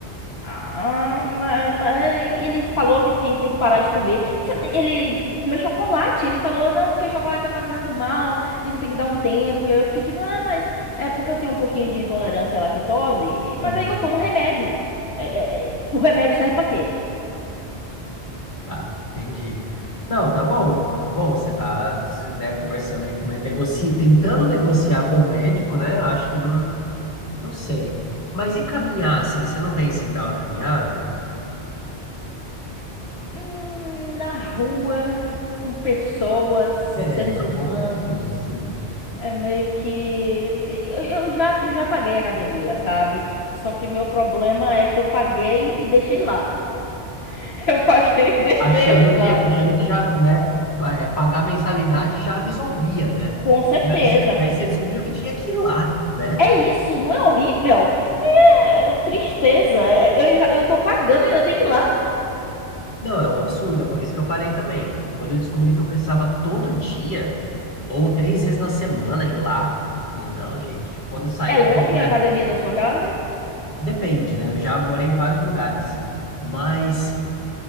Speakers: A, on the left; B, on the left.
A: Ah, mas, mas ele falou que tinha- tem que parar de comer. Isso- Ele comer chocolate. Ele falou, não, porque chocolate tá fazendo mal, e você tem que dar um tempo. E aí eu fiquei tipo, ah, mas é porque eu tenho um pouquinho de intolerância à lactose, mas
B: É.
A: aí eu tomo um remédio. É, é, é, o remédio serve pra quê?
B: Tá, entendi. Não, tá bom, tá bom. Você tá, né, conversando aí com o médico, negoci... tentando negociar com o médico, né? Acho que não, não sei. Mas e caminhar, assim? Você não pensa em dar uma caminhada?
A: Hum, na rua, com pessoas, seres
B: É, na
A: humanos.
B: boa com pessoa, assim.
A: É meio que. Eu, eu já, eu já paguei a academia, sabe? Só que o meu problema é que eu paguei e deixei lá. <laughs> Eu paguei e deixei
B: Achando
A: lá.
B: que, achando que já, né, pa- é, pagar a mensalidade já resolvia, né?
A: Com certeza.
B: Mas aí você descobriu que tinha que ir lá, né?
A: É isso, não é horrível? É tristeza. É, Eu, já- eu tô pagando e ainda tem que ir lá.
B: Não, é um absurdo, é por isso que eu parei também. Quando eu descobri que eu precisava todo dia, ou três vezes na semana, ir lá, eu falei, não, gente, quando eu sair
A: É
B: a
A: longe
B: academia.
A: a academia da sua casa?
B: <laughs> Depende, né? Eu já morei em vários lugares, assim. Mas,